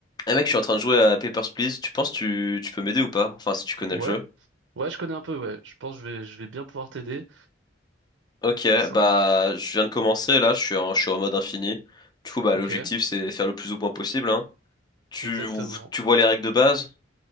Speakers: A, on the left; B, on the right.
A: Eh mec, je suis en train de jouer à Papers, Please. Tu penses tu, tu peux m'aider ou pas? Enfin, si tu connais
B: Ouais,
A: le jeu.
B: ouais, je connais un peu, ouais. Je pense que je vais, je vais bien pouvoir t'aider.
A: Ok,
B: Ça-
A: bah je viens de commencer là, je suis en, je suis en mode infini. Du coup, bah
B: Ok,
A: l'objectif c'est faire le plus de points possible, hein. Tu,
B: exactement.
A: tu vois les règles de base?